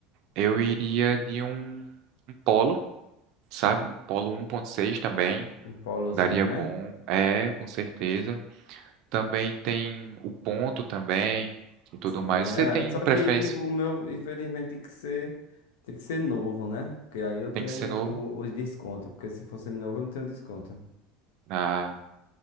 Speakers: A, on the right (about 60°); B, on the left (about 85°).
A: eu iria de um, um Polo, sabe? Um Polo 1.6 também.
B: Um polozinho,
A: Daria
B: né?
A: bom. É, com certeza. Também tem o ponto também e tudo
B: Sim,
A: mais.
B: é.
A: Você tem
B: Só
A: preferência?
B: que, tipo, o meu, infelizmente, tem que ser, tem que ser novo, né? Porque aí eu tenho
A: Tem que ser novo?
B: o- os descontos. Porque se fosse novo, eu não tenho desconto.
A: Ah.